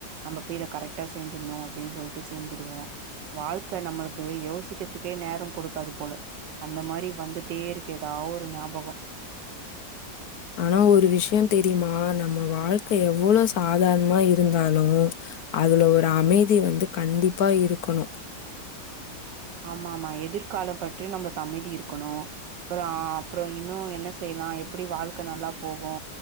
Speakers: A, on the right; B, on the left.
A: நம்ப போய் இத கரெக்டா செஞ்சின்னோ அப்டின் சொல்ட்டு செஞ்சுருவோ வாழ்க்க நம்ளுக்கு யோசிக்கற்துக்கே நேரோ குடுக்காது போல அந்த மாரி வந்துட்டே இருக்கு ஏதா ஒரு ஞாபகோ
B: ஆனா ஒரு விஷியோ தெரிமா நம்ம வாழ்க்க எவ்ளோ சாதாரணமா இருந்தாலு அதுல ஒரு அமைதி வந்து கண்டிப்பா இருக்கணு
A: ஆமா ஆமா எதிர்கால பற்றி நம்ளுக்கு அமைதி இருக்கணு அப்றோ அப்றோ இன்னு என்ன செய்லா எப்டி வாழ்க்க நல்லா போகு